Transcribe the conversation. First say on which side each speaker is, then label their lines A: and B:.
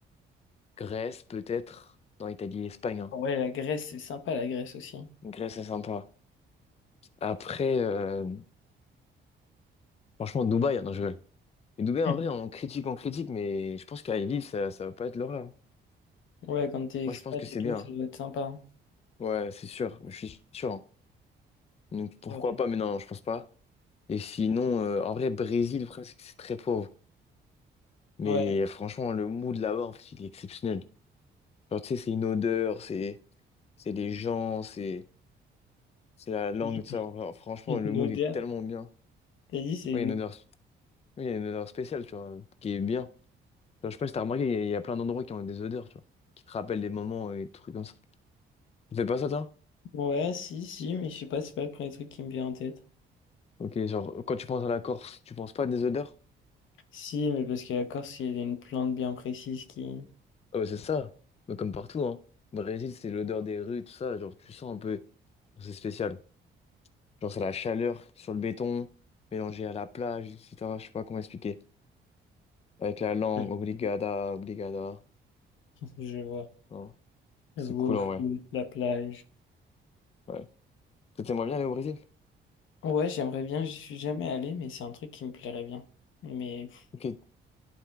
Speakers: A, on the left; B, on the left.
A: Grèce peut-être. Non, Italie, Espagne. hein.
B: Ouais, la Grèce, c'est sympa la Grèce aussi.
A: Grèce, c'est sympa. Après, euh, franchement, Dubaï, non, je rigole. Mais Dubaï,
B: <laughs>
A: en vrai, on critique, on critique, mais je pense qu'à y vivre, ça, ça va pas être l'horreur. hein.
B: Ouais, quand t'es expat
A: Moi, je pense que c'est
B: et tout,
A: bien.
B: ça
A: hein.
B: doit être sympa. hein.
A: Ouais, c'est sûr. Je suis sûr. hein. Donc, pourquoi
B: C'est vrai.
A: pas? Mais non, je pense pas. Et sinon, euh, en vrai, Brésil, le problème, c'est que c'est très pauvre. Mais
B: Ouais.
A: euh, franchement, le mood là-bas, en fait, il est exceptionnel. Genre, tu sais, c'est une odeur, c'est c'est des gens, c'est c'est la langue,
B: <laughs>
A: tout ça. Enfin, franchement,
B: Une
A: le mood
B: odeur.
A: est tellement bien.
B: T'as dit c'est
A: Ouais,
B: une...
A: il y a une odeur Oui, il y a une odeur spéciale, tu vois, qui est bien. Genre, je sais pas si t'as remarqué, il y, a il y a plein d'endroits qui ont des odeurs, tu vois, qui te rappellent des moments et des trucs comme ça. Tu fais pas ça, toi?
B: Ouais, si, si, mais je sais pas, c'est pas le premier truc qui me vient en tête.
A: Ok, genre, quand tu penses à la Corse, tu penses pas à des odeurs?
B: Si, mais parce que la Corse, il y a une plante bien précise qui...
A: Ah bah, c'est ça. Mais comme partout, hein. Brésil, c'est l'odeur des rues, tout ça. Genre, tu sens un peu. C'est spécial. Genre, c'est la chaleur sur le béton, mélangée à la plage, etc. Je sais pas comment expliquer. Avec la langue,
B: <laughs>
A: obrigada, obrigada.
B: Je vois.
A: Oh,
B: Jouer
A: c'est cool,
B: au foot,
A: en vrai.
B: la plage.
A: Ouais. T'aimerais bien aller au Brésil?
B: Ouais, j'aimerais bien, j'y suis jamais allé, mais c'est un truc qui me plairait bien. Mais pff,
A: Ok, tu